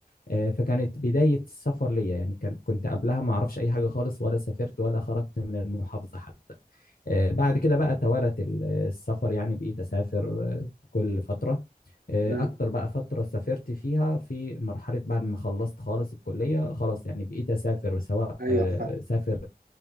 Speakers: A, on the left; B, on the right.
A: آه، فكانت بداية السفر ليا يعني كان كنت قبلها ما أعرفش أي حاجة خالص ولا سافرت ولا خرجت من المحافظة حتى آه، بعد كده بقى توالت ال- السفر يعني بقيت أسافر آه، كل فترة آه،
B: مم.
A: أكتر بقى فترة سافرت فيها في مرحلة بعد ما خلصت خالص الكلية خلاص يعني بقيت أسافر سواء
B: ايوه
A: آه،
B: فاهم
A: سافر